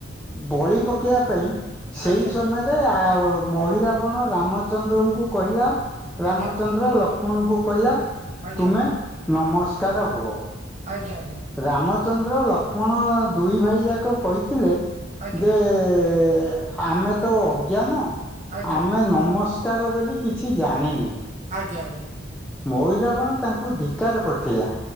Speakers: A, in the centre; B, on the right (about 35°).
A: ବଳି ପକେଇବା ପାଇଁ ସେଇ
B: ଆଜ୍ଞା ଆଜ୍ଞା
A: ସମୟ ରେ ମହିରାବଣ ରାମଚନ୍ଦ୍ରଙ୍କୁ କହିଲା
B: ଆଜ୍ଞା
A: ରାମ ଚନ୍ଦ୍ର ଲକ୍ଷ୍ମଣଙ୍କୁ କହିଲା
B: ଆଜ୍ଞା ଆଜ୍ଞା।
A: ତୁମେ ନମସ୍କାର ହୁଅ
B: ଆଜ୍ଞା ଆଜ୍ଞା।
A: ରାମଚନ୍ଦ୍ର ଲକ୍ଷ୍ମଣ ଦୁଇ ଭାଇ ଯାକ କହିଥିଲେ
B: ଆଜ୍ଞା
A: ଯେ ଏ ଆମେ ତ ଅଜ୍ଞାନ
B: ଆଜ୍ଞା
A: ଆମେ ନମସ୍ ତାର ବୋଲି କିଛି ଜାଣିନି।
B: ଆଜ୍ଞା ଆଜ୍ଞା।
A: ମହିରାବଣ ତାଙ୍କୁ ଧିକାର କରିଥିଲା